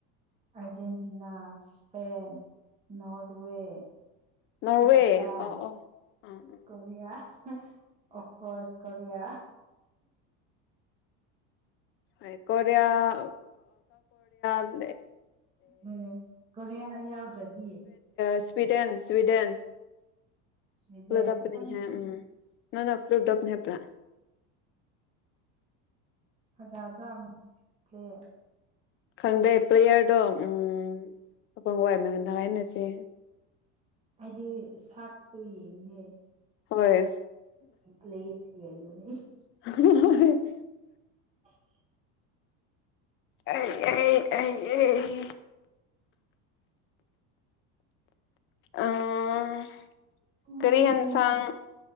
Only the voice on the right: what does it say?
Argentina Spain Norway
Japan
ꯀꯣꯔꯤꯌꯥ ꯑꯣꯐꯀꯣꯁ ꯀꯣꯔꯤꯌꯥ
ꯗꯨ ꯅꯦ ꯀꯣꯔꯤꯌꯥ ꯌꯥꯎꯗ꯭ꯔꯗꯤ
ꯁ꯭ꯋꯤꯗꯦꯟ
ꯊꯥꯡ
<unintelligible>
ꯐꯖꯕ꯭ꯔꯥ ꯇ꯭ꯂꯦ <unintelligible>
ꯍꯥꯏꯗꯤ ꯁꯥꯛꯇꯣ ꯌꯦꯡꯗꯦ
ꯄ꯭ꯂꯦꯗ ꯌꯦꯡꯕꯅꯤ
<inaudible>
ꯎꯝ,